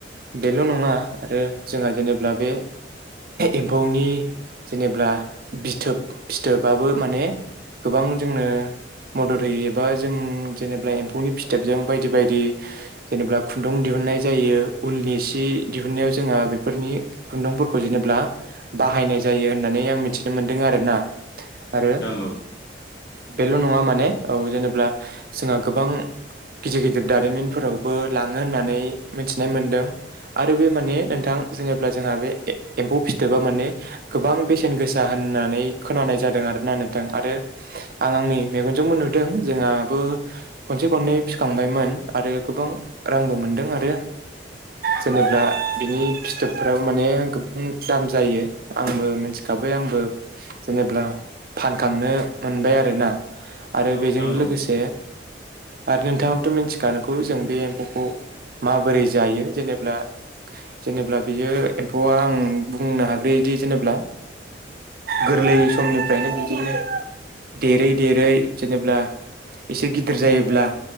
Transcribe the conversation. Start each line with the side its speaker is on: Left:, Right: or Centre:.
Right: बेल' नङा आरो जोंहा जेनेब्ला बे एम्फौनि जेनेब्ला बिथिथोब फिथोबाबो माने गोबां जोंनो मदद होयो एबा जों जेनेबा एम्फौनि फिथाबजों बायदि बायदि जेनेबा खुन्दुं दिहुननाय जायो उलनि सि दिहुननायाव जोंहा बेफोरनि खुन्दुंफोरखौ जेनेब्ला बाहायनाय जायो होननानै आं मिथिनो मोन्दों आरोना?
Left: औ
Right: आरो
Left: नोंथां औ
Right: बेल' नङा माने औ जेनेबा जोंहा गोबां गिदिर गिदिर दारिमिनफोरावबो लाङो होननानै मिथिनाय मोनदों आरो बे माने
Left: औ
Right: नोंथां जेनेा जोंहा बे एम्फौ फिथोबा माने गोबां बेसेन गोसा होननानै खोनानाय जादों आरोना नों थां आरो आं आंनि मेगनजोंबो नु दों जोंहाबो खनसे खननै फिखांबायमोन आरो गोबां रांबो मोनदों आरो जेनेब्ला बिनि फिथोबफ्राबो माने गोबां दाम जायो आंबो मिथिखा बाय आंबो जेनेब्ला फानखांनो मोनबाय आरोना। आरो
Left: नोंथां
Right: बेजों
Left: औ
Right: लोगोसे
Left: नोंथां औ
Right: आरो नोंथाङाबथ' मिथिखानांगौ जों बे एमफौखौ माबोरै जायो जेनेब्ला जेनेाब्ला बियो एम्फौआ आं बुंनो हाग्रोयोदि जेनेब्ला गोरलै समनिफ्रायनो बिदिनो देरै देरै जेनेब्ला एसे गिदिर जायोब्ला